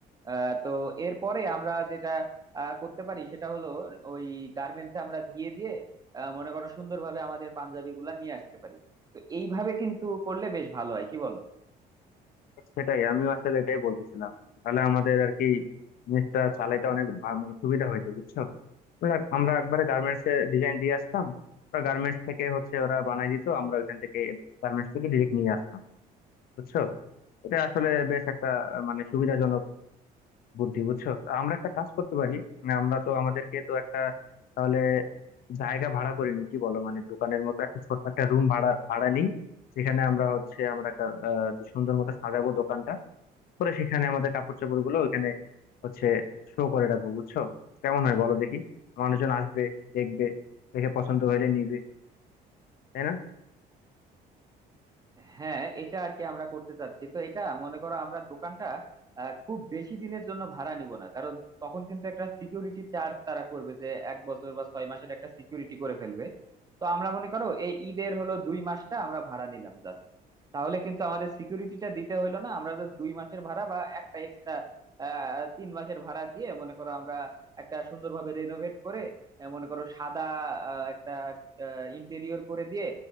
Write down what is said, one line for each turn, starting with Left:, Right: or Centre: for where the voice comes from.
Right: আহ তো এরপরে আমরা যেটা আহ, করতে পারি সেটা হলো ওই গার্মেন্টসে আমরা দিয়ে দিয়ে আহ, মনে করো সুন্দরভাবে আমাদের পাঞ্জাবি গুলা নিয়ে আসতে পারি তো এইভাবে কিন্তু করলে বেশ ভালো হয় কি বলো
Left: সেটাই আমিও আসলে এটাই বলতেছিলাম তাহলে আমাদের আর কি জিনিসটা চালাইতে অনেক ভা- মানে সুবিধা হয়েছে বুঝছো বলে আমরা একবারে গার্মেন্টস এ ডিজাইন দিয়ে আসতাম ওরা গার্মেন্টস থেকে হচ্ছে ওরা বানাই দিত আমরা ওইখান থেকে গার্মেন্টস থেকে ডিরেক্ট নিয়ে আসতাম বুঝছো এটা আসলে বেশ একটা আহ, মানে সুবিধাজনক বুদ্ধি বুঝছো তো আমরা একটা কাজ করতে পারি মানে আমরা তো আমাদেরকে তো একটা তাহলে জায়গা ভাড়া করে নিই কি বলো মানে দোকানের মতো একটা ছোট্ট একটা রুম ভাড়া ভাড়া নিই যেখানে আমরা হচ্ছে আমরা একটা আহ, সুন্দর মতো সাজাবো দোকানটা পরে সেখানে আমাদের কাপড় চোপড় গুলো ওইখানে হচ্ছে শো করে রাখবো বুঝছো কেমন হয় বলো দেখি মানুষজন আসবে দেখবে দেখে পছন্দ হলে নিবে তাই না
Right: হ্যাঁ এটা আর কি আমরা করতে চাচ্ছি তো এটা মনে করো আমরা দোকানটা আহ, খুব বেশি দিনের জন্য ভাড়া নিব না কারণ তখন কিন্তু একটা সিকিউরিটি চার্জ তারা করবে যে এক বছর বা ছয় মাসের একটা সিকিউরিটি করে ফেলবে তো আমরা মনে করো এই ঈদের হলো দুই মাসটা আমরা ভাড়া নিলাম জাস্ট তাহলে কিন্তু আমাদের সিকিউরিটিটা দিতে হইলো না আমরা জাস্ট দুই মাসের ভাড়া বা একটা এক্সট্রা আহ তিন মাসের ভাড়া দিয়ে মনে করো আমরা একটা সুন্দরভাবে রেনোভেট করে আহ, মনে করো সাদা আহ, একটা ইন্টেরিয়র করে দিয়ে